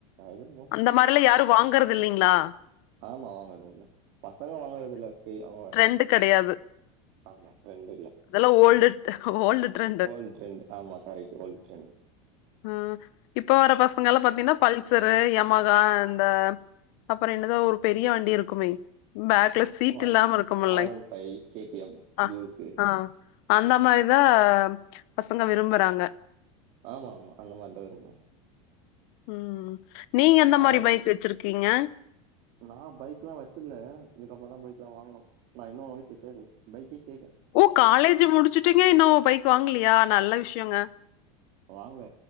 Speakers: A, on the right (about 40°); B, on the left (about 40°).
A: அதும்
B: அந்த மாரிலா யாரு வாங்கறது இல்லைங்களா
A: ஆமா வாங்குறதில்ல பசங்க வாங்கறதில்ல இப்பயு ஆமாங்க
B: ட்ரெண்டு கெடையாது
A: ஆமா ட்ரெண்டில்ல
B: இதெல்லா ஓல்டு ஓல்டு ட்ரெ
A: ஓல்டு ட்ரெண்ட் ஆமா கரைட்டு ஓல்டு ட்ரெண்ட்
B: ஆ இப்ப வர பசங்கல்லா பாத்தீன்னா பல்சர் து யமாகா அந்த அப்புற என்னது ஒரு பெரிய வண்டி இருக்குமே பேக்ல சீட்
A: ஆமா
B: இல்லாம இருக்குமில்லைங்
A: ஆர் one five K T M
B: அ
A: டியூக்கு
B: ஆ அந்த மாரிதா பசங்க விரும்புறாங்க
A: ஆமா ஆமா அந்த மாதிரிதா விரும்புறாங்
B: ம் நீங்க எந்த மாரி
A: அவ்
B: பைக் வெச்சிருக்கீங்க
A: நா பைக்லா வச்சில்ல இதுக்கப்புறந்தா பைக்ல்லா வாங்கணு நா இன்னு வீட்ல கேக்கல பைக்கே கேக்ல
B: ஓ காலேஜு முடிச்சுட்டிங்க இன்னு பைக் வாங்கலையா நல்ல விஷயோங்க
A: வாங்வே